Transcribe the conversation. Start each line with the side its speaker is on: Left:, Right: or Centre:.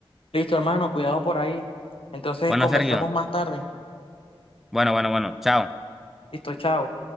Left: Listo, hermano, cuidado por ahí. Entonces
Centre: Bueno,
Left: conversamos
Centre: Sergio.
Left: más tarde.
Centre: Bueno, bueno, bueno. Chao.
Left: Listo, chao.